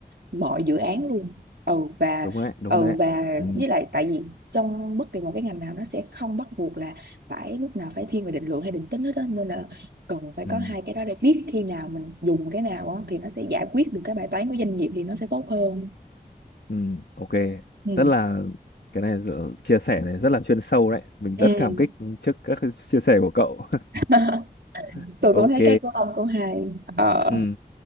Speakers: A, on the right (about 85°); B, on the left (about 75°).
A: mọi dự án luôn ừ và
B: đúng đấy đúng
A: ừ
B: đấy
A: và
B: ừ
A: với lại tại vì trong bất kỳ một cái ngành nào nó sẽ không bắt buộc là phải lúc nào phải thiên về định lượng hay định tính hết á nên là cần phải
B: ừ
A: có hai cái đó để biết khi nào mình dùng cái nào á, thì nó sẽ giải quyết được cái bài toán của doanh nghiệp thì nó sẽ tốt hơn
B: ừ ok
A: ừ.
B: rất là cái này dự- chia sẻ này rất là chuyên sâu đấy mình
A: Ừ.
B: rất cảm kích trước các cái chia sẻ của cậu
A: <laughs>
B: <laughs>
A: tôi
B: ok
A: cũng thấy cái của ông cũng hay ờ
B: ừ